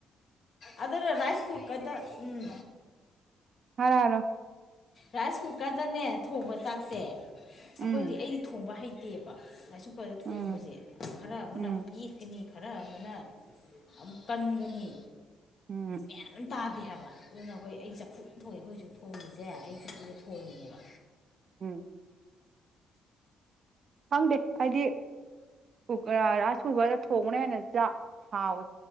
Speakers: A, on the left (about 55°); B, on the right (about 50°).
A: ꯑꯗꯨ꯭ꯔ ꯔꯥꯏꯁ ꯀꯨꯀꯗ ꯎꯝ
B: ꯍꯥꯔ ꯍꯔꯣ
A: ꯔꯥꯏꯁ ꯀꯨꯀꯔꯗꯅꯦ ꯊꯣꯡꯕ ꯇꯥꯛꯁꯦ ꯑꯩꯈꯣꯏꯗꯤ
B: ꯎꯝ
A: ꯑꯩꯗꯤ ꯊꯣꯡꯕ ꯍꯩꯇꯦ ꯅꯠꯇꯦꯕ ꯑꯁꯨ ꯀꯨꯀꯔꯗ
B: ꯎꯝ
A: ꯊꯣꯡꯕꯁꯦ ꯈꯔ ꯑꯃꯅ
B: ꯎꯝ
A: ꯑꯃꯨꯛ ꯄꯦꯠꯀꯅꯤ ꯈꯔ ꯑꯃꯅ ꯑꯃꯨꯛ ꯀꯟꯒꯅꯤ
B: ꯎꯝ
A: ꯒ꯭ꯌꯥꯟ ꯑꯝ ꯇꯥꯗꯦ ꯍꯥꯏꯕ ꯑꯗꯨꯅ ꯑꯩꯈꯣꯏ ꯑꯩ ꯆꯐꯨ ꯊꯣꯡꯉꯦ ꯑꯩꯈꯣꯏ ꯍꯧꯖꯤꯛ ꯊꯣꯡꯉꯤꯁꯦ ꯑꯩ ꯆꯐꯨꯁꯦ ꯊꯣꯡꯉꯤꯦꯕ
B: ꯎꯝ ꯐꯪꯗꯦ ꯍꯥꯏꯗꯤ ꯀꯨ ꯔꯥꯁ ꯀꯨꯒꯔꯗ ꯊꯣꯡꯅꯦꯅ ꯍꯥꯎꯋꯣꯏ